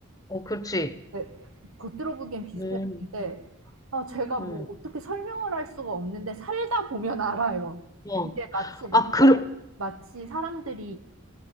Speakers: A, on the left; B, on the right.
A: 어, 그렇지.
B: 네, 겉으로 보기엔 비슷해
A: 음,
B: 보이는데, 아, 제가 뭐
A: 음.
B: 어떻게 설명을 할 수가 없는데, 살다 보면 알아요.
A: 어.
B: 이제 마치 막
A: 아, 그,
B: 살, 마치 사람들이,